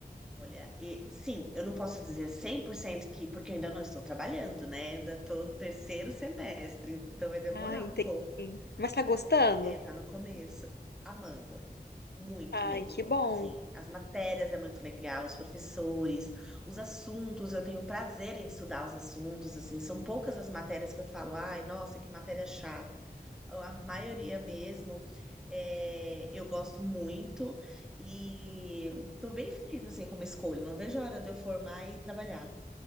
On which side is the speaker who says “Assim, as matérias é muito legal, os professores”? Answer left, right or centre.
Centre